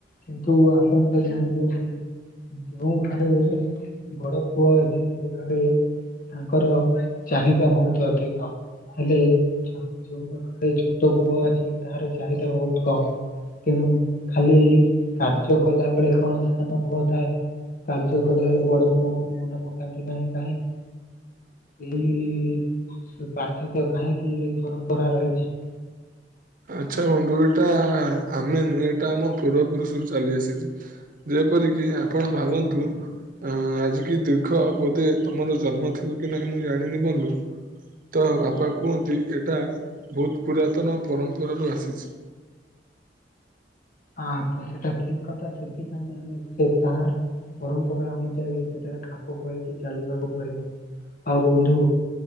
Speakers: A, on the left; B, on the right.
A: କିନ୍ତୁ ଆପଣ ତ ଜାଣିଚନ୍ତି ଯୋଉ ଘରେ ବଡ ପୁଅ ଅଛି, ସେ ଘରେ- ତାଙ୍କର ଚାହିଦା ବହୁତ ଅଧିକ, ହେଲେ ଆଉ ଯୋଉ ପାଖରେ ଛୋଟ ପୁଅ ଅଛି ତାର ଚାହିଦା ବହୁତ କମ୍। ତେଣୁ ଖାଲି କାର୍ଯ୍ୟ କଲା ବେଳେ କଣ ସାନ ପୁଅ ଥାଏ। କାର୍ଯ୍ୟ କଲା ବେଳେ ବଡ ପୁଅଙ୍କୁ ମନେ ପକାନ୍ତି ନାହିଁ କାହିଁକି? ଏଇ ପାର୍ଥକ୍ୟ କାହିଁକି ଏ ପରମ୍ପରା ରହିଛି?
B: ଆଚ୍ଛା ବନ୍ଧୁ ଏଇଟା ଆମେ ନୁହେଁ, ଏଟା ଆମ ପୂର୍ବ ପୁରୁଷରୁୁ ଚାଲି ଆସିଛି। ଯେପରିକି ଆପଣ ଭାବନ୍ତୁ ଅ ଆଜିିକି ଦୀର୍ଘ ବୋଧେ, ତମର ଜନ୍ମ ଥିବ କି ନାହିଁ ମୁଁ ଜାଣିନି ବନ୍ଧୁ? ତ ବାପା କୁହନ୍ତି ଏଇଟା ବହୁତ ପୁରାତନ ପରମ୍ପରାରୁ ଆସିଛି।
A: ହଁ ତ ସେଟା ଠିକ୍ କଥା, ସେଥିପାଇଁ ସେ ତାର ପରମ୍ପରା ଅନୁଯାୟୀ ସେଠାରେ ଖାପ ଖୁଆଇକି ଚାଲିବାକୁ ପଡିବ। ଆଉ ବନ୍ଧୁ